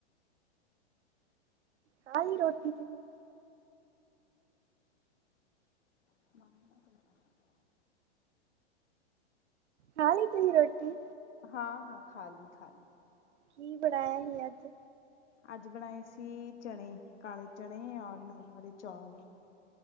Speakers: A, on the right (about 75°); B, on the left (about 75°).
A: ਖਾਲੀ ਰੋਟੀ ਤੁਹੀ?
B: <inaudible>
A: ਹਾਲ ਤੇ ਹੀ ਰੋਟੀ
B: ਹਾਂ ਹਾਂ ਖਾਲੀ ਖਾਲੀ
A: ਕੀ ਬਣਾਇਆ ਸੀ ਅੱਜ
B: ਅੱਜ ਬਣਾਏ ਸੀ ਚਣੇ ਕਾਲੇ ਚਣੇ ਔਰ ਨੂਨ ਵਾਲੇ ਚੌਲ